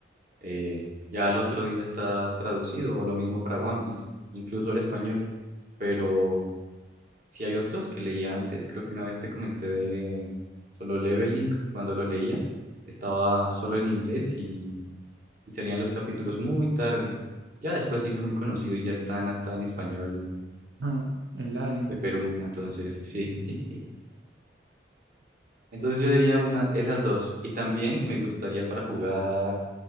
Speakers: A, on the right; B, on the right.
A: eh, ya al otro día está traducido, o lo mismo para One Piece, incluso al español. Pero si hay otros que leía antes, creo que una vez te comenté de Solo Leveling cuando lo leía estaba solo en inglés y y salían los capítulos muy tarde. Ya después se hizo muy conocido y ya están hasta en español
B: Ah, el anime.
A: de Perú, entonces sí. <laughs> Entonces yo diría una, esas dos. Y también me gustaría para jugar